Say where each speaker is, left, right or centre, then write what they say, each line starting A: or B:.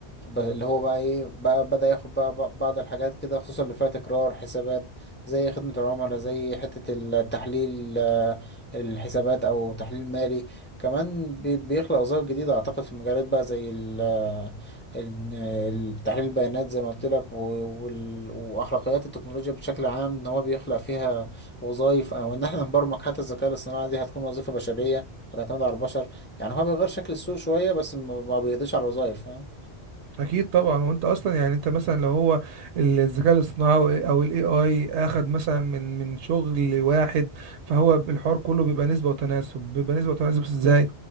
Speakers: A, on the left; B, on the right.
A: ب- اللي هو بقى ايه بقى بدأ ياخد بقى ب- بعض الحاجات كده خصوصا اللي فيها تكرار حسابات زي خدمة العملاء زي حتة التحليل آه، الحسابات او تحليل مالي كمان بي- بيخلق وظائف جديدة أعتقد في مجالات بقى زي ال ال- ال- تحليل البيانات زي ما قلت لك و- وال- وأخلاقيات التكنولوجيا بشكل عام إن هو بيخلق فيها وظائف أو إن إحنا نبرمج حتى الذكاء الاصطناعي دي هتكون وظيفة بشرية هتعتمد على البشر يعني هو بيغير شكل السوق شوية بس ما ما بيقضيش على الوظائف فاهم
B: اكيد طبعا وانت اصلا يعني انت مثلا لو هو الذكاء الاصطناعي او الاي اي اخد مثلا من من شغل واحد فهو الحوار كله بيبقى نسبه وتناسب بيبقى نسبه وتناسب ازاي